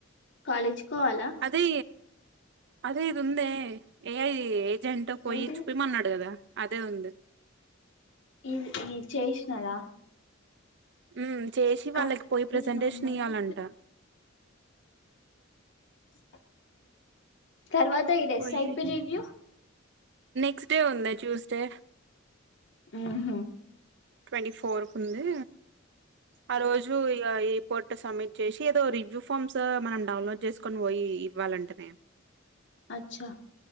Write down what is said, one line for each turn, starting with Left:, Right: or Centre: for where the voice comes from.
Left: కాలేజ్ కోవాలా
Right: అదే అదే ఇద ఉందే ఏఐ ఏజెంట్ పోయి
Left: ఏంటి
Right: చూపియమన్నాడు కదా అదే ఉంది
Left: ఈ ఈ చేసినదా
Right: హ్మ్ చేసి
Left: అక్క
Right: వాళ్ళకి పోయి
Left: చేసిన
Right: ప్రజెంటేషన్
Left: అమ్మకి
Right: ఇయ్యాలంట
Left: <inaudible> తర్వాత ఈ రెస్తైపియి
Right: పోయి
Left: రివ్యూ
Right: నెక్స్ట్ డే ఉందే ట్యూస్ డే
Left: హ్మ్ హు
Right: ట్వంటీ ఫోర్ కు ఉంది ఆ రోజు ఇగ ఇ రిపోర్ట్ సబ్మిట్ చేసి ఏదో రివ్యూ ఫామ్స్ మనం డౌన్లోడ్ చేసుకొని పోయి ఇవ్వాలంటేనే
Left: అచ్చా